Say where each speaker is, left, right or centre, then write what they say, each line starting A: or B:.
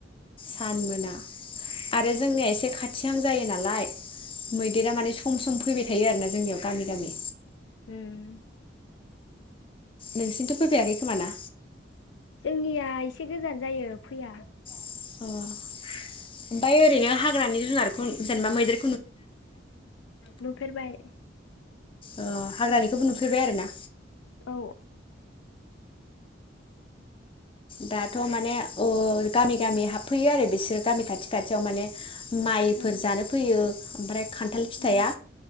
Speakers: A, on the left; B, on the left.
A: सानमोना आरो जोंनिया एसे खाथिहां जायो नालाय मैदेरा माने सम सम फैबाय थायो आरोना जोंनियाव गामि गामि
B: उम
A: नोंसिनिथ' फैफेराखै खोमा ना
B: जोंनिया एसे गोजान जायो फैया
A: <unintelligible> ओमफाय ओरैनो हाग्रानि जुनारखौ जेनेबा मैदेर
B: नुफेरबाय।
A: अ हाग्रानिखौबो नुफेरबाय आरोना।
B: औ
A: दाथ' माने अ। गामि गामि हाबफैयो आरो बिसोर गामि खाथियाव। खाथियाव माने। माइफोर
B: ओ
A: जानो फैयो। ओमफ्राय खान्थाल फिथाइया
B: ओ